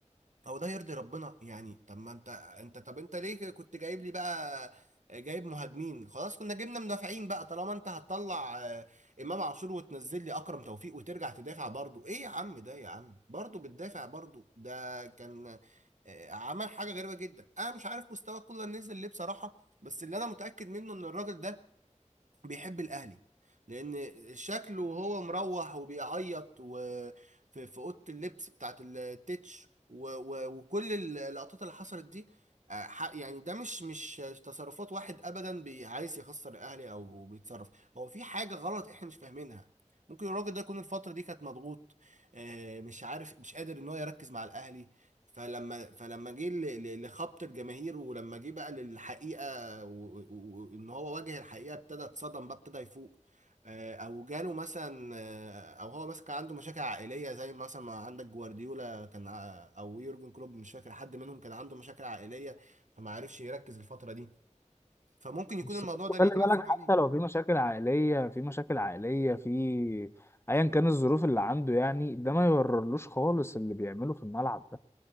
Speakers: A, on the right (about 75°); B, on the left (about 20°).
A: هو ده يرضي ربنا يعني طب ما انت انت طب انت ليه كنت جايب لي بقى جايب مهاجمين خلاص كنا جبنا مدافعين بقى طالما انت هتطلع آه، امام عاشور وتنزل لي اكرم توفيق وترجع تدافع برضو ايه يا عم ده يا عم برضو بتدافع برضو ده كان آه، عمل حاجة غريبة جدا انا مش عارف مستوى كولر نزل ليه بصراحة بس اللي انا متأكد منه ان الراجل ده بيحب الاهلي لان شكله وهو مروح وبيعيط وفي في في اوضه اللبس بتاعت التتش و... و... وكل اللقطات اللي حصلت دي آه، ح- يعني ده مش مش تصرفات واحد ابدا بي- عايز يخسر الاهلي او بيتصرف هو في حاجه غلط احنا مش فاهمينها ممكن الراجل ده يكون الفتره دي كانت مضغوط آه، مش عارف مش قادر ان هو يركز مع الاهلي فلما فلما جه ل- ل- لخبط الجماهير ولما جه بقى للحقيقه وان هو واجه الحقيقه ابتدى اتصدم بقى ابتدى يفوق آه، او جاله مثلا آه، او هو مثلا كان عنده مشاكل عائليه زي مثلا ما عندك جوارديولا كان ع- او يورجن كلوب مش فاكر حد منهم كان عنده مشاكل عائليه فما عرفش يركز الفتره دي فممكن يكون
B: بس
A: الموضوع
B: برضه
A: ده
B: خلي
A: ليه تاثير
B: بالك حتى
A: عليه
B: لو في مشاكل عائلية في مشاكل عائلية في ايا كان الظروف اللي عنده يعني ده ما يبررلوش خالص اللي بيعمله في الملعب ده